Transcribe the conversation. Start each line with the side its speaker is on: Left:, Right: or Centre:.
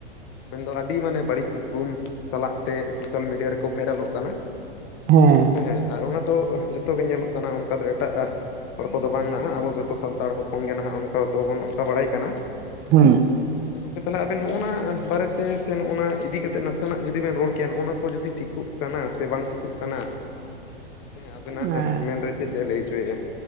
Left: ᱢᱮᱱ ᱫᱚ ᱟᱹᱰᱤ ᱢᱟᱱᱮ ᱵᱟᱹᱲᱤᱡ ᱩᱯᱨᱩᱢ ᱥᱟᱞᱟᱜ ᱛᱮ ᱥᱳᱥᱟᱞ ᱢᱤᱰᱤᱭᱟ ᱨᱮᱠᱚ ᱵᱷᱟᱭᱨᱟᱞᱚᱜ ᱠᱟᱱᱟ᱾
Right: ᱦᱮᱸ
Left: ᱦᱮᱸ ᱟᱨ ᱚᱱᱟ ᱫᱚ ᱡᱚᱛᱚ ᱜᱮ ᱧᱮᱞᱚᱜ ᱠᱟᱱᱟ ᱚᱱᱠᱟ ᱫᱚ ᱮᱴᱟᱜᱟᱜᱼᱼ ᱦᱚᱲ ᱠᱚᱫᱚ ᱵᱟᱝ ᱱᱟᱜ, ᱟᱵᱚ ᱡᱚᱛᱚ ᱥᱟᱱᱛᱟᱲ ᱦᱚᱯᱚᱱ ᱜᱮ ᱱᱟᱦᱟᱜ ᱚᱱᱠᱟ ᱫᱚᱵᱚᱱ ᱚᱱᱠᱟ ᱵᱟᱲᱟᱭ ᱠᱟᱱᱟ᱾
Right: ᱦᱩᱸ
Left: ᱦᱮᱸ ᱜᱚᱝᱠᱮ ᱛᱟᱦᱚᱞᱮ ᱟᱵᱮᱱ ᱱᱚᱜᱼᱚ ᱱᱚᱣᱟ ᱵᱟᱨᱮ ᱛᱮ ᱥᱮ ᱱᱚᱜᱼᱱᱟ ᱤᱫᱤ ᱠᱟᱛᱮᱫ ᱱᱟᱥᱮ ᱱᱟᱜ ᱡᱩᱫᱤ ᱵᱮᱱ ᱨᱚᱲ ᱠᱮᱭᱟ ᱱᱚᱜ ᱱᱚᱣᱟ ᱠᱚ ᱡᱩᱫᱤ ᱴᱷᱤᱠᱚᱜᱼᱼ ᱠᱟᱱᱟ ᱥᱮ ᱵᱟᱝ ᱴᱷᱤᱠᱩᱜ ᱠᱟᱱᱟ ᱾
Right: <inaudible>
Left: ᱦᱮᱸ ᱟᱵᱮᱱᱟᱜ
Right: ᱦᱮᱸ
Left: ᱢᱮᱱ ᱨᱮ ᱪᱮᱫ ᱮ ᱞᱟᱹᱭ ᱚᱪᱚᱭᱮᱫᱼᱟ?